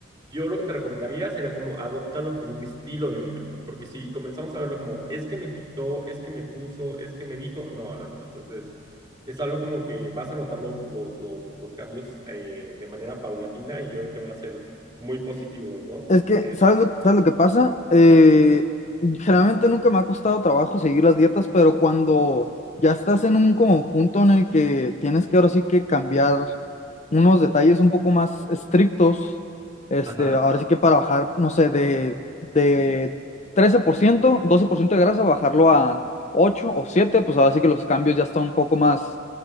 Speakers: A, on the right; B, on the left.
A: Yo lo que te recomendaría sería como adoptarlo como un estilo de vida. Porque si comenzamos a verlo como, es que me quitó, es que me puso, es que me dijo, no, no, no. Entonces, es algo como que vas a notar los, los, los, los cambios eh, de manera paulatina y yo creo que van a ser muy positivos, ¿no?
B: Es que,
A: Es,
B: ¿sabes lo, sabes lo que pasa? Eh, generalmente nunca me ha costado trabajo seguir las dietas, pero cuando ya estás en un como punto en el que tienes que ahora sí que cambiar unos detalles un poco más estrictos, este,
A: ajá.
B: ahora sí que para bajar, no sé, de, de trece por ciento doce por ciento de grasa, bajarlo a 8 o 7 pues ahora sí que los cambios ya están un poco más,